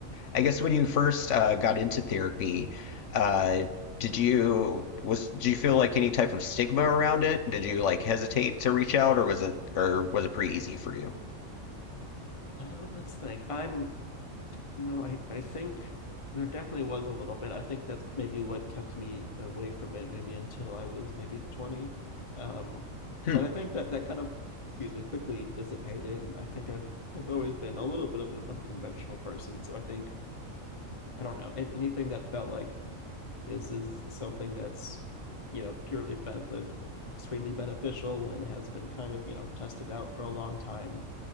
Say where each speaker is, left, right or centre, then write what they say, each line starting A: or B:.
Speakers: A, on the left; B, on the left.
A: I guess when you first uh, got into therapy, uh, did you was did you feel like any type of stigma around it? Did you like hesitate to reach out, or was it or was it pretty easy for you?
B: uh, let's think i'm you know i i think there definitely was a little bit i think that's maybe what kept me away from it maybe until i was maybe 20 um
A: Hmm.
B: but i think that that kind of excuse me quickly dissipated and i think i've i've always been a little bit of an unconventional person so i think I don't know, and anything that felt like this is something that's, you know, purely ben- extremely beneficial and has been kind of, you know, tested out for a long time.